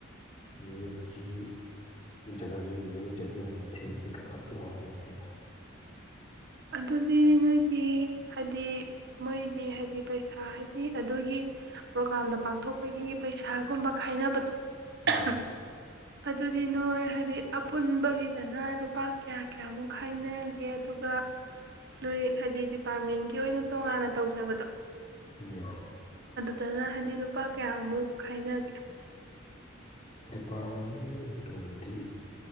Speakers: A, on the left (about 35°); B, on the right (about 55°).
A: ꯃꯤꯑꯣꯏꯕꯒꯤ ꯖꯔꯅꯤ ꯖꯔꯅꯤꯁꯤꯤꯡꯕꯗꯤ ꯀꯅꯥꯝꯇꯦ
B: ꯑꯗꯨꯗꯤ ꯅꯣꯏꯒꯤ ꯍꯥꯏꯗꯤ ꯃꯣꯏꯒꯤ ꯍꯥꯏꯗꯤ ꯄꯩꯁꯥ ꯍꯥꯏꯗꯤ ꯑꯗꯨꯒꯤ ꯄ꯭ꯔꯣꯒꯥꯝꯗꯣ ꯄꯥꯡꯊꯣꯛꯄꯒꯤ ꯄꯩꯁꯥꯒꯨꯝꯕ ꯈꯥꯏꯅꯕꯗꯣ
A: ꯎꯝ
B: <unintelligible> ꯑꯗꯨꯗꯤ ꯅꯣꯏ ꯍꯥꯏꯗꯤ ꯑꯄꯨꯟꯕꯒꯤꯗꯅ ꯂꯨꯄꯥ ꯀꯌꯥ ꯀꯌꯥꯃꯨꯛ ꯈꯥꯏꯅꯒꯦ ꯑꯗꯨꯒ ꯅꯣꯏ ꯍꯥꯏꯗꯤ ꯗꯤꯄꯥꯔꯠꯃꯦꯟꯒꯤ ꯑꯣꯏꯅ ꯇꯣꯉꯥꯟꯅ ꯇꯧꯖꯕꯗꯣ
A: ꯎꯝ꯫
B: ꯗꯅ ꯍꯥꯏꯗꯤ ꯂꯨꯄꯥ ꯀꯌꯥꯃꯨꯛ ꯈꯥꯏꯅꯒꯦ?
A: ꯗꯤꯄꯥꯔꯠꯃꯦꯟꯒꯤ ꯑꯣꯏꯅ ꯇꯧꯕꯗꯗꯤ